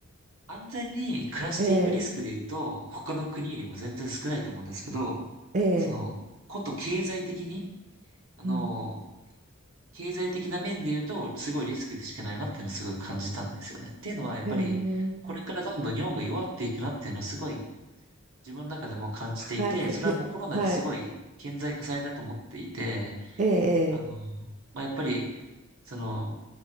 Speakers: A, on the right; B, on the right.
A: 安全に暮らしていくリスクで言うと、
B: ええ
A: 他の国よりも全然少ないと思うんですけど、
B: ええ
A: その、こと経済的に、あの、
B: うん
A: 経済的な面で言うと、すごいリスクでしかないなっていうのをすごい感じたんですよね。っていうのは、やっぱり、
B: ええ
A: これからどんどん日本が弱っていくなっていうのはすごい自分の中でも感じていて、
B: はいいやはい
A: それはもうコロナですごい顕在化されたと思っていて、
B: ええ
A: あの、まあ、やっぱり、その、